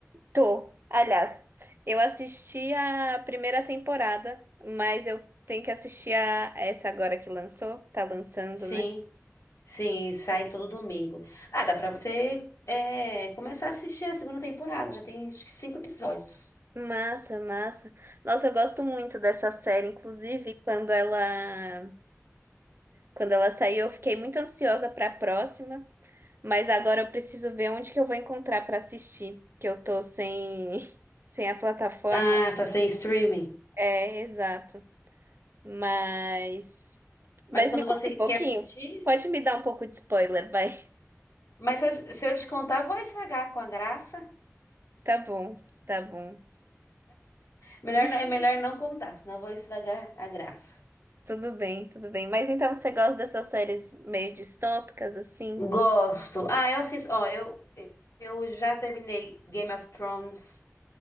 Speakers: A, on the right; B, on the left.
A: Tô. Aliás, eu assisti a primeira temporada, mas eu tenho que assistir a essa agora que lançou. Tá lançando,
B: Sim,
A: né?
B: sim, sai todo domingo. Ah, dá pra você é, começar a assistir a segunda temporada, já tem acho que cinco episódios.
A: Massa, massa. Nossa, eu gosto muito dessa série, inclusive quando ela Quando ela saiu, eu fiquei muito ansiosa para a próxima, mas agora eu preciso ver onde que eu vou encontrar para assistir, que eu tô sem <laughs> sem a plataforma.
B: Ah, está sem streaming.
A: É, exato. Mas mas
B: Mas quando
A: me conta
B: você
A: um pouquinho.
B: quer assistir.
A: Pode me dar um pouco de spoiler, vai. <laughs>
B: Mas se eu, se eu te contar, vou estragar com a graça.
A: Tá bom, tá bom.
B: Melhor,
A: <laughs>
B: não- é melhor não contar, senão eu vou estragar a graça.
A: Tudo bem, tudo bem. Mas então você gosta dessas séries meio distópicas assim?
B: Gosto. Ah, eu assisto. Ó, eu, eu já terminei Game of Thrones.